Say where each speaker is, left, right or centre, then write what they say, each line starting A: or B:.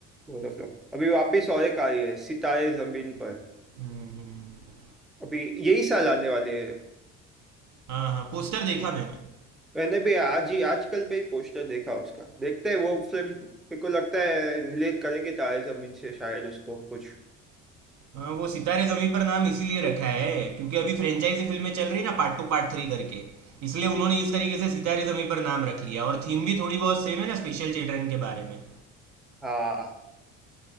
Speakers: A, in the centre; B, on the right (about 50°).
A: दोनों फिल्म अभी वापिस और एक आ रही है सितारे जमीन पर
B: हम्म, हम्म, हम्म।
A: अभी यही साल आने वाली है
B: हाँ हाँ पोस्टर देखा मैंने
A: मैंने भी आज ही आजकल में ही पोस्टर देखा उसका देखते हैं वो फिल्म मेरे को लगता है रिलेट करेंगे तारे जमीन से शायद उसको कुछ
B: हाँ वो सितारे जमी पर नाम इसीलिए रखा है क्योंकि अभी फ्रेंचाइजी फिल्में चल रही है ना पार्ट टू पार्ट थ्री करके इसलिए उन्होंने इस तरीके से सितारे जमी पर नाम रख लिया और थीम भी थोड़ी बहुत सेम है ना स्पेशल चिल्ड्रन के बारे में
A: हाँ